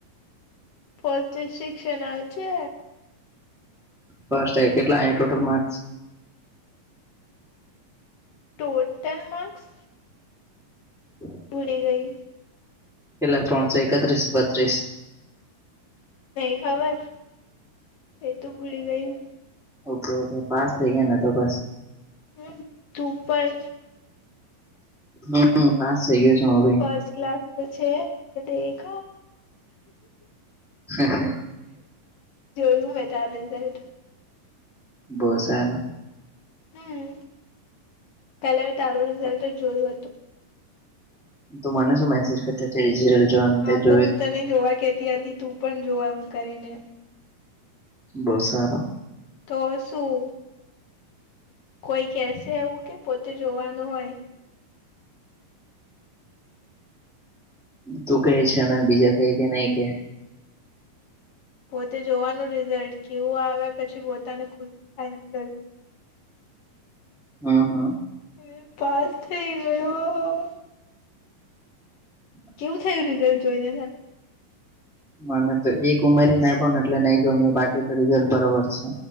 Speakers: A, on the left (about 75°); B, in the centre.
A: ફ સિકશન આવ છે.
B: ફર્સ્ટ કેટલા ટોટલ માર્સ
A: ટોટલ માર્ક્સ
B: હ
A: ભુડી ગઈ
B: એલા ત્રોણસો એકત્ર્રીસ બત્રીસ
A: નહી ખબર એ તોું ભૂલી ગઈ, હુ
B: ઓકે ઓકે પાસ થઇ ગયા, ને તો બસ
A: હમ, ધૂપર
B: હમ પાસ થઈ ગયા છે, ભ
A: ફસ્ટ ક્લાસ તો છે. દેખા
B: હ હ
A: જોયું મે તાર રિઝલ્ટ
B: બહસ એનો
A: હમ પેલા મેં તારું રિઝલ્ટ જ જોયું હતુ.
B: તું મને શું મેસેજ કરતાલજો
A: હા
B: જોઈ
A: તો હું તને જોવા કેતી હતી તું પણ જો એમ કરીને
B: બસા
A: તો શું કોઈ કેસે એવું કે પોતે જોવાનું હોય.
B: તું કહે છે. અ બીજા કઈ કે નહી કે
A: પોતે જોવાનું રિઝલ્ટ કેવું આવે પછી પોતાને ખુશી થાય અંદર
B: હા હા
A: હવે પાસ થઈ ગયો
B: હા
A: કેવું થયું રિઝલ્ટ જોઈ ને તને
B: મને તો એક ઉમેર ના પણ એટલે નહી ગયો બાકી તો રિઝલ્ટ બરોબર છે.